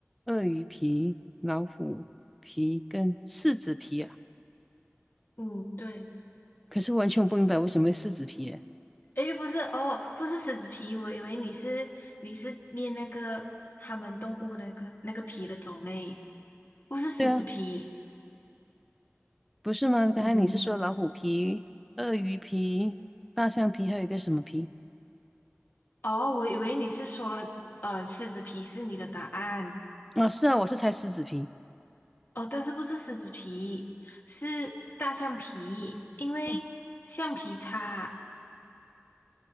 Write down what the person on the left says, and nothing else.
嗯，对。
诶，不是哦，不是狮子皮，我以为你是你是念那个他们动物那个那个皮的种类，不是狮子皮。
嗯，
哦，我以为你是说，呃，狮子皮是你的答案
哦，但是不是狮子皮，是大象皮，因为橡皮擦。